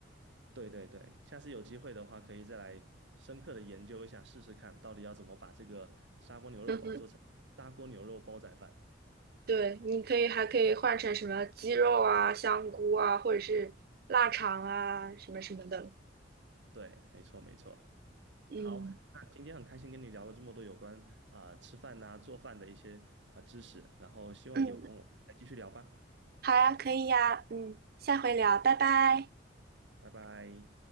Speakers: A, on the right; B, on the right.
A: 对对对，下次有机会的话，可以再来深刻的研究一下，试试看到底要怎么把这个砂锅牛肉煲做成砂锅牛肉煲仔饭。
B: 嗯哼，对，你可以还可以换成什么鸡肉啊、香菇啊，或者是腊肠啊，什么什么的。
A: 对，没错没错。
B: 嗯
A: 好，那今天很开心跟你聊了这么多有关啊、呃吃饭呐、做饭的一些啊、呃知识，然后希望有空我们再继续聊吧，
B: 嗯，好呀，可以呀，嗯，下回聊，拜拜。
A: 拜拜。